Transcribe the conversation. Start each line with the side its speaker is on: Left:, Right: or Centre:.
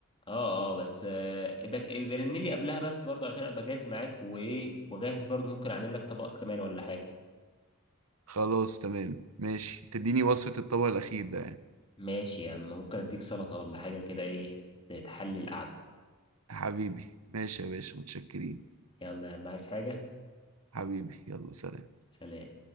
Left: اه اه بس آه، ابقى ابقى رن لي قبلها بس برضه عشان ابقى جاهز معاك وايه وجاهز برضه ممكن اعمل لك طبق كمان ولا حاجة
Right: خلاص تمام ماشي تديني وصفة الطبق الأخير ده يعني
Left: ماشي يا عم ممكن اديك سلطة ولا حاجة كده ايه تحلي القعدة
Right: حبيبي ماشي يا باشا متشكرين
Left: يلا يا عم عايز حاجة
Right: حبيبي يلا سلام
Left: سلام